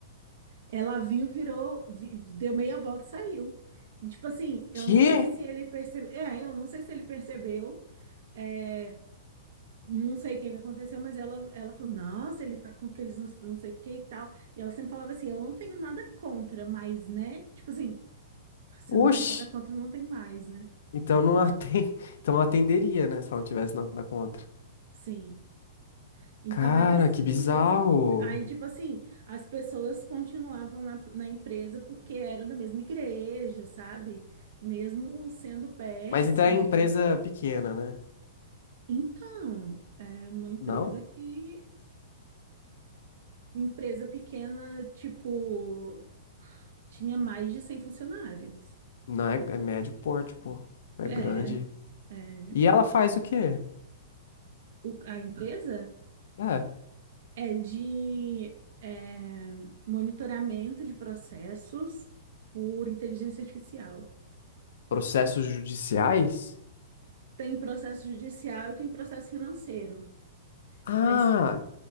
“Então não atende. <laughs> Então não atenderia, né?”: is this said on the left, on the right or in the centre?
Left